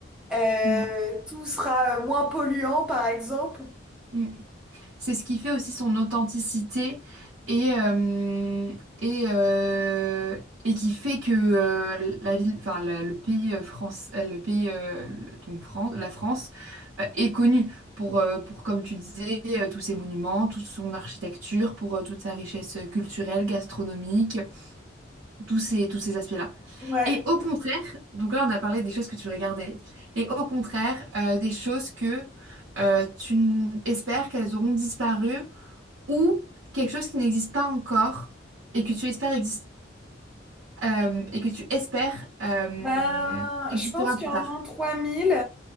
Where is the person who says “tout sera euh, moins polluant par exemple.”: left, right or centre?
Centre